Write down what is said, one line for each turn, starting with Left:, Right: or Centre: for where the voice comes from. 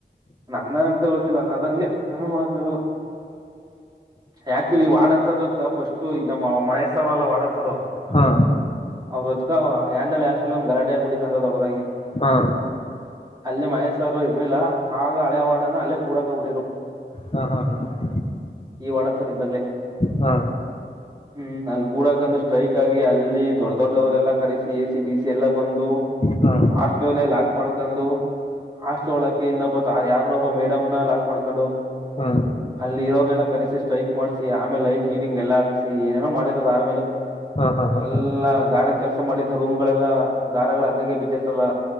Right: ನನ್ನ ಅಂತ ಗೊತ್ತಿಲ್ಲ ಅದಂಗೆ ಏನು ಮಾಡ ಆಗಲ್ಲ. ಯಾಕ್ಚುಲಿ ವಾಡನ್ಸರ್ ಜೊತ್ ಫಸ್ಟ್ ನಮ್ಮ ಮಹೇಶ್ಸವರ್ ಅಲ್ವಾ ವಡನ್ಸರು.
Left: ಹಾ
Right: ಅವ್ರೊದಕ್ ಯಾಂದಾಳ ಹಾಷ್ಟಲಲಿ ಒಂದ ಗಲಾಟೆ ಆಗ್ಬಿಟ್ಟಿತಂತೆ ದೊಡ್ಡದಾಗಿ.
Left: ಹಾ
Right: ಅಲ್ಲಿ ಮಹೇಶ್ಸರ್ ಇರ್ಲಿಲ್ಲ ಆಗ ಹಳೆವಾರ್ಡನ್ ನ ಅಲ್ಲೇ ಕೂಡಕ ಬಿಟ್ಟಿದ್ರು.
Left: ಹಾ ಹಾ ಹಾ ಹಾ
Right: ಈ ವಾರ್ಡನ್ಸರ್ ಇದ್ದಾಗಲೇ.
Left: ಹಾ
Right: <inaudible> ಹ್ಮ್ ಅಲ್ಲಿ ಕೂಡಕಂದು ಸ್ಟ್ರೈಕ್ ಆಗಿ ಅಲ್ಲಿ ದೊಡ್ ದೊಡ್ಡವರೆಲ್ಲಾ ಕರೆಸಿ ಎ ಸಿ ಡಿ ಸಿ ಎಲ್ಲಾ ಬಂದು.
Left: ಹಾ
Right: ಹಾಸ್ಟ್ಲನೆ ಲಾಕ್ ಮಾಡ್ಕೊಂಡು ಹಾಸ್ಟ್ಲ ಒಳ ಇನ್ನೊಬ್ಬತ ಯಾರ್ನ ಒಬ್ಬ ಮೇಡಮ್ ನ ಲಾಕ್ ಮಾಡ್ಕೊಂಡು.
Left: ಹ್ಮ
Right: ಅಲ್ಲಿ ಇರೋರ್ನೆೆಲ್ಲ ಕರೆಸಿ ಸ್ಟ್ರೈಕ್ ಮಾಡ್ಸಿ ಆಮೇಲೆ ಲೈಟ್ ಗೀಟಿಂಗ್ ಎಲ್ಲ ಹಾಕ್ಸಿ ಏನೇನೋ ಮಾಡಿರೋದ ಆಮೇಲೆ.
Left: ಹ್ಮ್ ಹ್ಮ್
Right: ಎಲ್ಲಾ
Left: ಹ್ಮ್
Right: ಗಾರೆ ಕೆಲ್ಸ ಮಾಡಿದು ರೂಮ್ ಗಳೆಲ್ಲಾ ಗಾರೆಗಳ್ ಹಂಗಗೆ ಬಿದ್ದಿರ್ತಲ್ಲ.